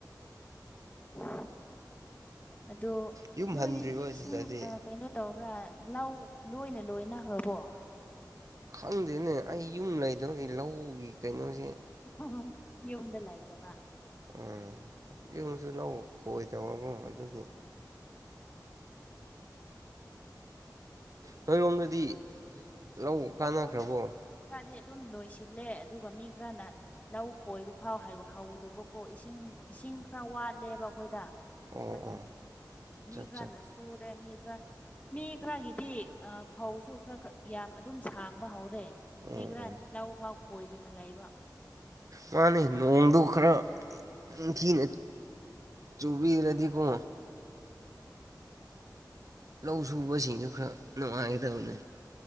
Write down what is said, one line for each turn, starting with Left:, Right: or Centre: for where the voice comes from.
Left: <unintelligible>
Right: ꯌꯨꯝ
Left: ꯅꯣꯏꯗꯤ
Right: ꯍꯟꯗ꯭ꯔꯤꯕꯣ
Left: ꯏꯁꯤꯡ
Right: ꯁꯤꯗꯗꯤ
Left: ꯀꯩꯅꯣ ꯇꯧꯕ꯭ꯔꯥ꯫ ꯂꯧ ꯂꯣꯏꯅ ꯂꯣꯏꯅꯈ꯭ꯔꯕꯣ꯫
Right: ꯈꯪꯗꯦꯅꯦ ꯑꯩ ꯌꯨꯝ ꯂꯩꯗꯧꯒꯤ ꯂꯧꯒꯤ ꯀꯩꯅꯣꯁꯦ
Left: <unintelligible> ꯌꯨꯝꯗꯂꯩꯗꯕ꯫
Right: ꯎꯝ ꯌꯨꯝꯁꯨ ꯂꯧ ꯈꯣꯏꯗꯕꯒꯨꯝ ꯑꯗꯨꯒꯤ꯫ ꯅꯣꯏꯔꯣꯝꯗꯗꯤ ꯂꯧ
Left: ꯑꯩꯈꯣꯏꯔꯣꯝꯗ
Right: ꯀꯥꯟꯅꯈ꯭ꯔꯕꯣ꯫
Left: ꯈꯔꯗꯤ ꯑꯗꯨꯝ ꯂꯣꯏꯁꯤꯜꯂꯦ ꯑꯗꯨꯒ ꯃꯤ ꯈꯔꯅ꯫ ꯂꯧ ꯈꯣꯏꯕ ꯐꯥꯎ ꯍꯧꯗꯕꯀꯣ ꯏꯁꯤꯡ ꯏꯁꯤꯡ ꯈꯔ ꯋꯥꯠꯂꯦꯕ ꯑꯩꯈꯣꯏꯗ
Right: ꯑꯣ
Left: ꯑꯗꯨ
Right: ꯑꯣ
Left: ꯃꯤ
Right: ꯆꯠ
Left: ꯈꯔꯅꯁꯨ
Right: ꯆꯥ
Left: ꯄꯨꯔꯦ ꯃꯤ ꯈꯔꯅ ꯃꯤ ꯈꯔꯒꯤꯗꯤ ꯐꯧꯁꯨ ꯈꯔ ꯈꯔ ꯌꯥꯝ ꯑꯗꯨꯝ ꯁꯥꯡꯕ ꯍꯧꯔꯦ
Right: ꯎꯝ
Left: ꯃꯤ ꯈꯔꯅ
Right: ꯎꯝ
Left: ꯂꯧ ꯐꯥꯎ ꯈꯣꯏꯗꯅ ꯂꯩꯕ꯫
Right: ꯃꯥꯅꯦ ꯅꯣꯡꯗꯨ ꯈꯔ ꯅꯤꯡꯊꯤꯅ꯫ ꯆꯨꯕꯤꯔꯗꯤꯀꯣ ꯂꯧ ꯁꯨꯕꯁꯤꯡꯁꯨ ꯈꯔ ꯅꯨꯡꯉꯥꯏꯒꯗꯕꯅꯦ